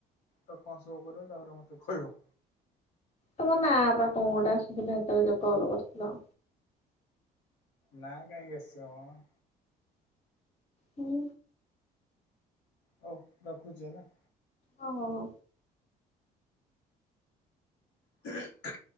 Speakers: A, on the left; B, on the left.
A: ତ କଣ ମୋ କରିବ ତାପରେ ମୋତେ ଖଇବ।
B: ତମ ନା ବା କଣ ଗୋଟେ ଆସିୁଥିଲା ସେତବେଳେ ଯୋଉ କଲ କରିଥିଲ।
A: ନାଁ କାହିଁକି ଆସିବ ମ।
B: ହୁଁ।
A: ହଉ ରଖୁଚି ହେଲା।
B: ହଁ ହଉ ହଉ।
A: ହ